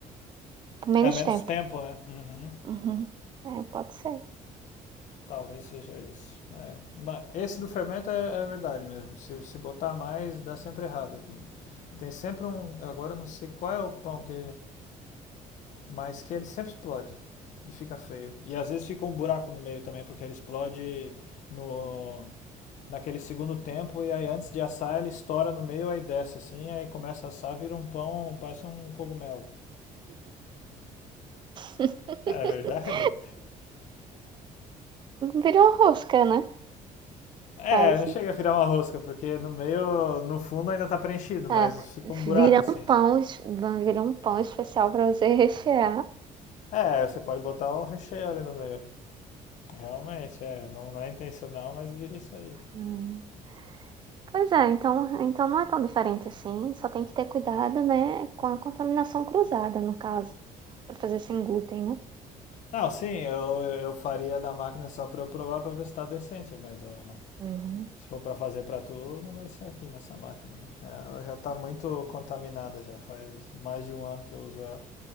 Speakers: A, on the right; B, on the left.
A: por menos
B: É menos
A: tempo.
B: tempo, né? Uhum.
A: Uhum. É, pode ser.
B: Talvez seja isso. É. Mas Esse do fermento é, é verdade mesmo. Se, se botar mais, dá sempre errado aqui. Tem sempre um. Agora eu não sei qual é o pão que. Mas que ele sempre explode. E fica feio. E às vezes fica um buraco no meio também, porque ele explode no naquele segundo tempo. E aí antes de assar, ele estoura no meio, aí desce assim, aí começa a assar, vira um pão, parece um cogumelo.
A: <laughs>
B: É verdade?
A: Vira uma rosca, né?
B: É,
A: Quase.
B: não chega a virar uma rosca, porque no meio, no fundo ainda tá preenchido,
A: Ah,
B: mas fica um buraco
A: vira
B: assim.
A: um pão,
B: fica-
A: es- vai virar um pão especial para você <laughs> rechear.
B: É, você pode botar um recheio ali no meio. Realmente, é, não, não é intencional, mas vira isso aí.
A: Hum. Pois é, então, então não é tão diferente assim, só tem que ter cuidado, né, com a contaminação cruzada, no caso, para fazer sem glúten, né?
B: Não, sim, eu, eu faria da máquina só pra eu provar pra ver se tá decente, mas ó,
A: Uhum.
B: se for pra fazer pra tu, não vai ser aqui nessa máquina, né? É, Ela já tá muito contaminada, já faz mais de um ano que eu uso ela.